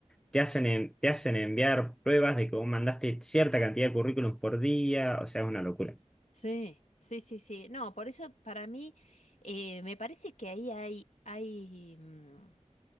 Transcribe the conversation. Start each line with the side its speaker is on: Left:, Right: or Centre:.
Centre: te hacen, en- te hacen enviar pruebas de que vos mandaste cierta cantidad de currículums por día, o sea, es una locura.
Left: Sí, sí, sí, sí. No, por eso para mí eh, me parece que ahí hay, hay, mm,